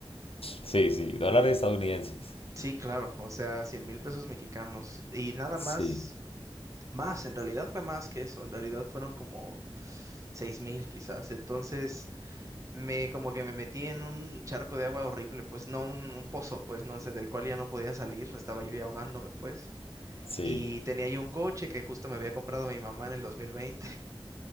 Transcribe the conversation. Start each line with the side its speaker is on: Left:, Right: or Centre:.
Left: sí, sí, dólares estadounidenses,
Right: Sí, claro, o sea, cien mil pesos mexicanos y nada
Left: sí,
Right: más, más, en realidad fue más que eso, en realidad fueron como seis mil quizás, entonces me como que me metí en un charco de agua horrible, pues no un, un pozo, pues no sé, del cual ya no podía salir, estaba yo ya ahogándome, pues,
Left: sí,
Right: y tenía yo un coche que justo me había comprado mi mamá en el 2020. <laughs>